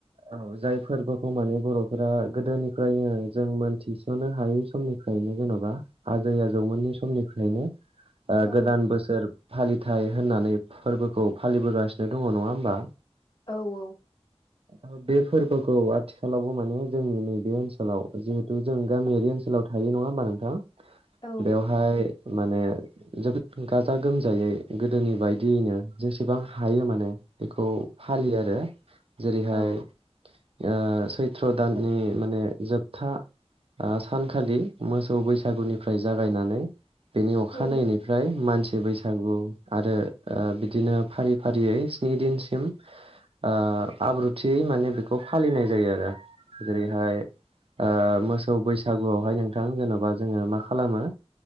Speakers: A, on the right; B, on the left.
A: औ जाय फोरबोखौ माने बर'फोरा गोदोनिफ्रायनो। जों मोनथिस'नो हायै समनिफ्रायनो जेन'बा आजै आजौमोननि समनिफ्रायनो। ओ
B: औ
A: गोदान बोसोर फालिथाय होननानै फोरबोखौ फालिबोगासिनो दङ नङा होमबा?
B: औ औ।
A: दा बे फोरबोखौ आथिखालावबो माने जोंनि नैबे ओनसोलाव। जिहेतु जों गामियारि ओनसोलाव थायो नङा होमबा नोंथाङा
B: औ
A: बेवहाय माने। जोबोद गो गाजा गोमजायै गोदोनि बायदियैनो जेसेबां हायो माने बेखौ फालियो आरो जेरैहाय
B: औ
A: ओ सैथ्र' दाननि माने जोब था ओ सानखालि मोसौ बैसागुनिफ्राय जागायनानै बेनि अखानायैनिफ्राय
B: उम
A: मानसि बैसागु आरो ओ बिदिनो फारि फारियै स्नि दिनसिम ओ आब्रुथियै माने बेखौ फालिनाय जायो आरो जेरैहाय ओ मोसौ बैसागुआवहाय नोंथां जेनबा जोङो मा खालामो।